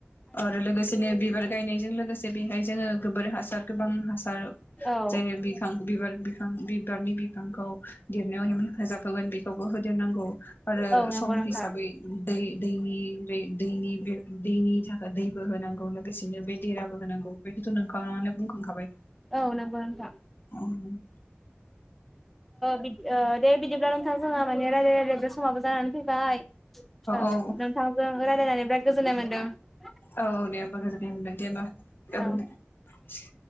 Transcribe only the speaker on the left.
आरो लोगोसेनो बिबार गायनायजों लोगोसे बेहाय जोङो गोबोर हासार गोबां हास बिबार
जेरै बिफां बिबार बिफां बिबारनि बि फांखौ देरनायाव हेफाजाब होगोन बेखौबो होदेरनांगौ आरो
सम
हिसाबै दै दैनि दै दैनि बे दैनि थाखाय दैबो होनांगौ लोगोसेनो बे देराबो होनांगौ बेखौथ' नोंथांङानो बुंखांखाबाय।
उम।
औ
औ दे आंबो गोजोननाय मोनदों दे होमबा
।